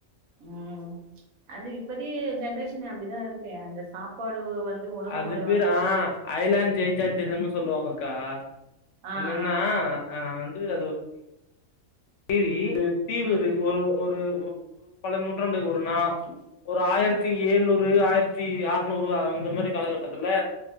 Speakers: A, on the right (about 80°); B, on the left (about 65°).
A: ம் அது இப்பதி ஜென்ரேஷன் அப்படிதா இருக்கே அந்த சாப்பாடு வந்து உணவு
B: அது
A: முறை
B: பேரு
A: வந்து
B: ஆ ஐலாண்ட் ஜெய் ஜாண்டேசன்னு சொல்லுவாங்கக்கா
A: ஆ
B: என்னன்னா
A: ஆ
B: ஆ வந்து அது சேரீ தீவு
A: ம்
B: ஒரு ஒரு ஒரு ஒ பல நூற்றாண்டுக்கு ஒரு நா ஒரு ஆயிரத் தி ஏழ்நூறு ஆயிரத்தி ஆர்நூறு அந்த மாதிரி காலக்கட்டத்துல